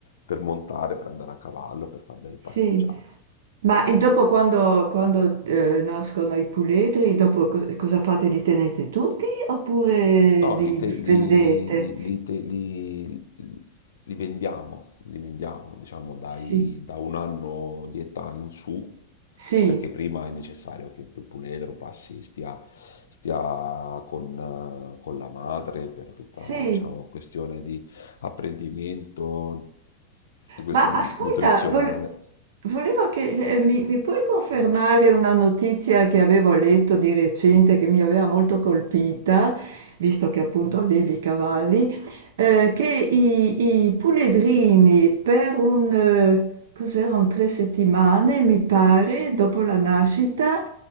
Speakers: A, on the left; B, on the right.
A: per montare, per andare a cavallo, per fare delle passeggiate.
B: sì. Ma e dopo quando, quando, eh, nascono i puledri, dopo co- cosa fate? Li tenete tutti oppure
A: No,
B: li,
A: li, te-
B: li
A: li-
B: vendete?
A: li- li te- li- li vendiamo, li vendiamo, diciamo, dai-
B: Sì,
A: da un anno di età in su,
B: sì,
A: perché prima è necessario che il puledro passi, stia, stia con, eh, con la madre per tutta,
B: sì.
A: diciamo, questione di apprendimento, questione
B: Ma ascolta,
A: nutrizionale.
B: vol- volevo che eh, mi, mi puoi confermare una notizia che avevo letto di recente che mi aveva molto colpita, visto che appunto allevi i cavalli, eh, che i, i puledrini per un, eh, cos'erano, tre settimane, mi pare, dopo la nascita,